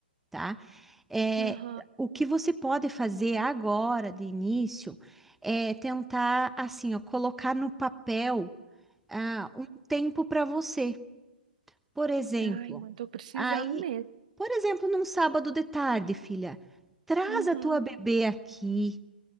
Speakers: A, in the centre; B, on the right.
A: tá? É,
B: Aham.
A: o que você pode fazer agora, de início, é tentar, assim, ó, colocar no papel, ah, um tempo para você. Por exemplo,
B: Ai, mãe, tô precisando
A: aí,
B: mesmo.
A: por exemplo, num sábado de tarde, filha, traz
B: Uhum,
A: a tua bebê aqui